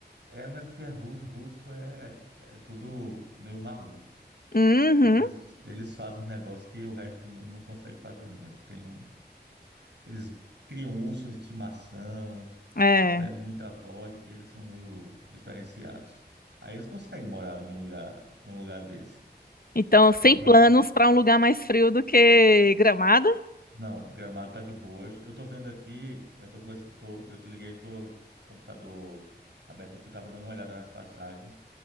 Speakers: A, on the right (about 85°); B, on the left (about 55°).
A: É, mas porque é russo, russo é, é tudo meio maluco.
B: Uhum,
A: Eles, eles fazem um negócio que o resto do mundo não consegue fazer, não. Eles têm um, eles criam um urso de estimação,
B: é.
A: bebem muita vodka, eles são meio diferenciados. Aí eles conseguem morar num lugar, num lugar desse.
B: Então, sem
A: Nossa.
B: planos para um lugar mais frio do que Gramado?
A: Não, Gramado tá de boas. Eu tô vendo aqui, eu tô conversando, tô- eu te liguei, tô com o computador aberto aqui, tava dando uma olhada nas passagens.